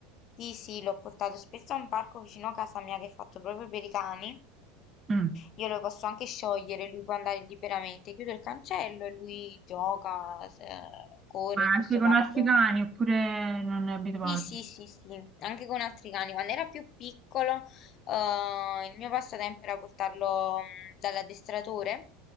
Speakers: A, on the left; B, on the right.
A: Sì, sì, l'ho portato spesso a un parco vicino a casa mia che è fatto proprio per i cani.
B: Mm.
A: Io lo posso anche sciogliere, lui può andare liberamente. Chiudo il cancello e lui gioca, se- corre
B: Ma
A: in questo
B: anche con
A: parco.
B: altri cani oppure non è abituato?
A: Sì, sì, sì, sì, anche con altri cani. Quando era più piccolo, eh, il mio passatempo era portarlo mh, dall'addestratore